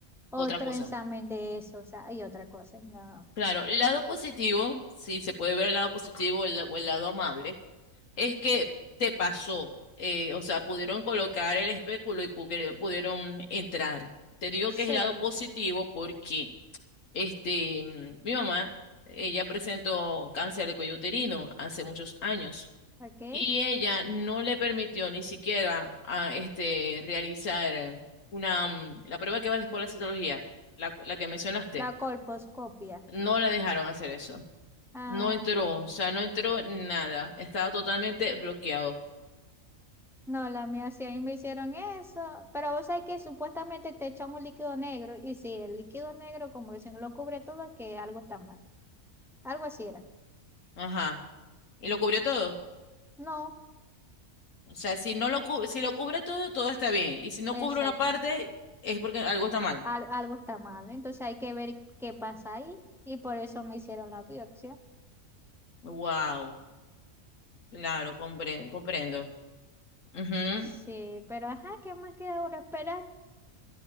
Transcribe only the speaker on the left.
otra cosa.
Claro, el lado positivo, sí, se puede ver el lado positivo el- o el lado amable es que te pasó. eh, o sea, pudieron colocar el espéculo y pu- pudieron entrar. Te digo
que es el lado positivo porque este, mm, mi mamá, ella presentó cáncer de cuello uterino hace muchos años
y ella no le permitió ni siquiera a, este, realizar una, mm, la prueba que va después de la citología, la, la que mencionaste,
no la dejaron hacer eso.
No entró, o sea, no entró nada, estaba totalmente bloqueado.
Ajá. Y lo cubrió todo.
O sea, si no lo cu- si lo cubre todo, todo está bien. Y si no
cubre una parte, es porque algo está mal.
Wow. Claro, compre- comprendo. Ujú,